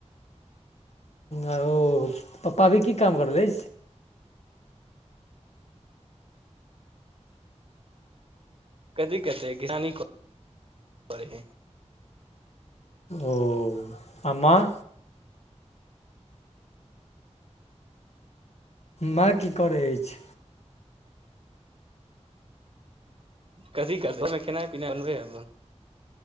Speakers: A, on the left (about 65°); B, on the right (about 50°).
A: आ ओ पप्पा अभी की काम करलै?
B: कथी करतेै किसानीे <unintelligible> हे।
A: ओ आ मां? माँ की करै अछि?
B: कथी करत घर मे खेनाइ पिनाइ बनबे ह